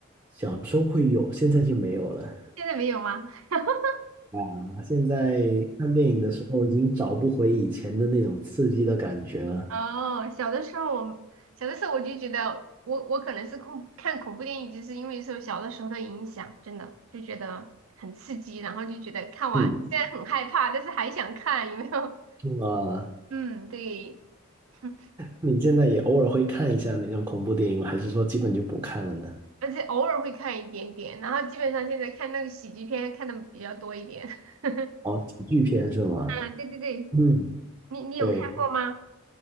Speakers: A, on the right; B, on the right.
A: 小时候会有，现在就没有了。
B: 现在没有吗？<laughs>
A: 啊现在看电影的时候已经找不回以前的那种刺激的感觉了。
B: 哦，小的时候我小的时候我就觉得我我可能是恐看恐怖电影，就是因为受小的时候的影响，真的就觉得很刺激，然后就觉得看完虽然很害怕，
A: 嗯，
B: 但是还想看，有没有？<laughs>
A: 啊，
B: 嗯，对，<laughs>
A: 你现在也偶尔会看一下那种恐怖电影吗？还是说基本就不看了呢？
B: 而且偶尔会看一点点，然后基本上现在看那个喜剧片看的比较多一点。<laughs>
A: 哦，喜剧片是吗？
B: 嗯，对对对，
A: 嗯，
B: 你你有看过吗？
A: 对，